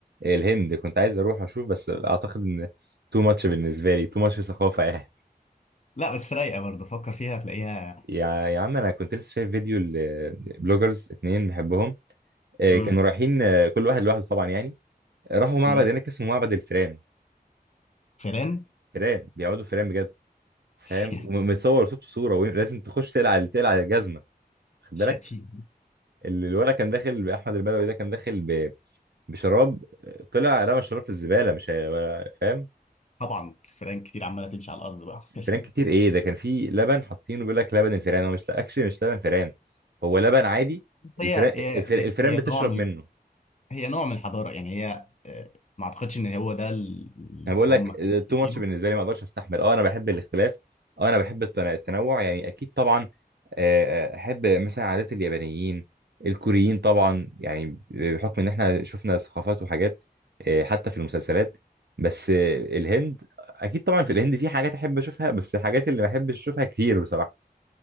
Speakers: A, on the right; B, on the left.
A: الهند كنت عايز اروح اشوف بس اعتقد ان تو ماتش بالنسبة لي تو ماتش ثقافة يعني
B: لا بس رايقه برضه فكر فيها هتلاقيها
A: يا يا عم انا كنت لسه شايف فيديو البلوجرز اتنين بحبهم آه،
B: امم
A: كانوا رايحين آه، كل واحد لوحده طبعا يعني راحوا معبد
B: امم
A: هناك اسمه معبد الفيران
B: فيران
A: فيران بيعبدوا فيران بجد فاهم
B: <laughs>
A: ومتصور صوته صورة ولازم تخش تقلع تقلع الجزمة خد
B: شتيم
A: بالك ال- الولد كان داخل باحمد البدوي ده كان داخل بشراب طلع رمى الشراب في الزباله مش هي ولا- فاهم
B: طبعا الفيران كتير عماله تمشي على الارض بقى <laughs>
A: فران كتير ايه ده كان في لبن حاطينه بيقول لك لبن الفئران هو مش اكشلي مش لبن فئران هو لبن عادي
B: بس
A: الفئران
B: هي هي هي
A: الفئران
B: هي
A: بتشرب
B: نوع من
A: منه
B: هي نوع من الحضارة يعني هي آه، ما اعتقدش ان هو ده اللي
A: انا بقول
B: هم
A: لك
B: شايفينه
A: تو ماتش بالنسبه لي ما اقدرش استحمل اه انا بحب الاختلاف اه انا بحب التنا- التنوع يعني اكيد طبعا آه، آه، احب مثلا عادات اليابانيين الكوريين طبعا يعني بحكم ان احنا شفنا ثقافات وحاجات آه، حتى في المسلسلات بس آه، الهند اكيد طبعا في الهند في حاجات احب اشوفها بس الحاجات اللي ما احبش اشوفها كتير بصراحه